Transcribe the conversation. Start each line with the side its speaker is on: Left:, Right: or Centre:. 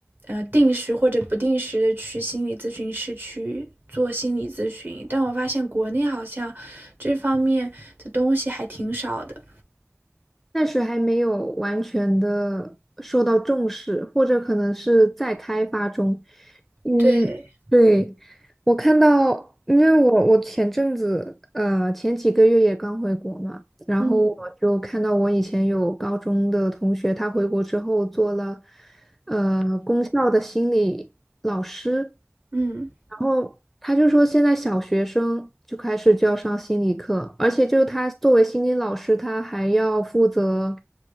Right: 呃定时或者不定时的去心理咨询室去做心理咨询，但我发现国内好像这方面的东西还挺少的。
Centre: 暂时还没有完全的受到重视，或者可能是在开发中。嗯，
Right: 对，
Centre: 对，我看到，因为我我前阵子，呃，前几个月也刚回国嘛，然后我就看到我以前有高中的同学，
Right: 嗯
Centre: 他回国之后做了，呃，功效的心理老师，
Right: 嗯，
Centre: 然后他就说现在小学生就开始就要上心理课，而且就是他作为心理老师，他还要负责，